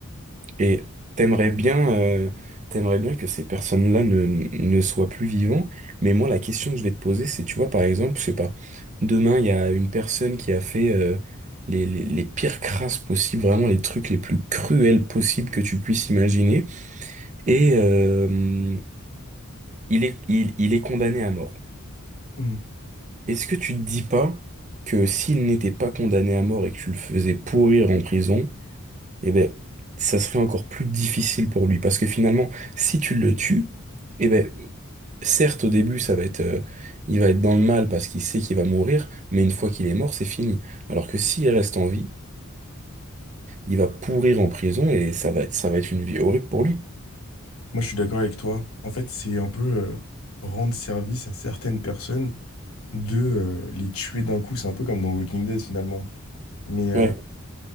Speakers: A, on the right (about 35°); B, on the left (about 75°).
A: Et t'aimerais bien, euh, t'aimerais bien que ces personnes-là ne, ne soient plus vivants. Mais moi, la question que je vais te poser, c'est, tu vois, par exemple, je sais pas, demain, il y a une personne qui a fait euh, les, les, les pires crasses possibles, vraiment les trucs les plus cruels possibles que tu puisses imaginer. Et euh, il est, il, il est condamné à mort.
B: Hmm.
A: Est-ce que tu te dis pas que s'il n'était pas condamné à mort et que tu le faisais pourrir en prison, eh ben, ça serait encore plus difficile pour lui. Parce que finalement, si tu le tues, eh ben, certes, au début, ça va être, euh, il va être dans le mal parce qu'il sait qu'il va mourir, mais une fois qu'il est mort, c'est fini. Alors que s'il reste en vie, il va pourrir en prison et ça va être, ça va être une vie horrible pour lui.
B: Moi, je suis d'accord avec toi. En fait, c'est un peu euh, rendre service à certaines personnes de euh, les tuer d'un coup. C'est un peu comme dans Walking Dead finalement. Mais, euh,
A: Ouais.